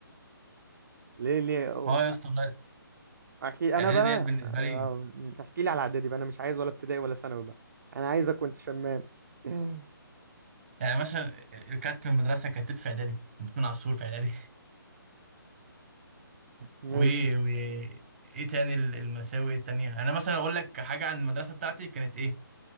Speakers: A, on the right; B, on the right.
A: ليه ليه
B: اه يا اسطى والله
A: احكي انا
B: اعدادي
A: بقى
B: ديت بالنسبة
A: آه،
B: لي
A: احكي لي على اعدادي بقى انا مش عايز ولا ابتدائي ولا ثانوي بقى انا عايزك كنت شمام <laughs>
B: يعني مثلا الكات في المدرسة كانت في اعدادي كنت من عصور في اعدادي
A: ماشي
B: و و ايه تاني ال- المساوئ التانية انا مثلا اقول لك حاجة عن المدرسة بتاعتي كانت ايه